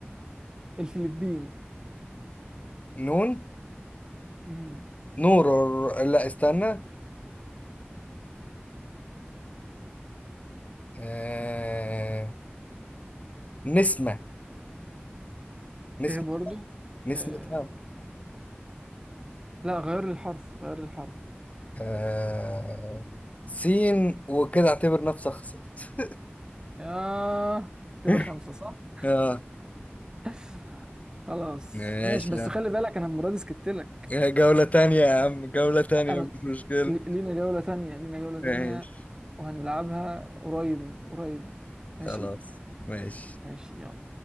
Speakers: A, on the right; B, on the left.
A: الفلبين
B: نون
A: مم.
B: نور لا استنى آه. نسمة نسمة
A: ايه برضو
B: نسمتها
A: آه، لا غير الحرف غير الحرف
B: آه... سين وكده اعتبر نفسك خسرت
A: آه كده
B: <laughs>
A: خمسة صح؟
B: اه
A: <laughs> خلاص
B: ماشي
A: ماشي بس
B: يا عم.
A: خلي بالك انا المره دي سكت لك
B: آه، جولة تانية يا عم جولة تانية
A: انا
B: مش مشكلة
A: لي- لينا جوله ثانيه لينا جوله
B: ماشي
A: ثانيه وهنلعبها قريب قريب ماشي
B: خلاص ماشي
A: ماشي يلا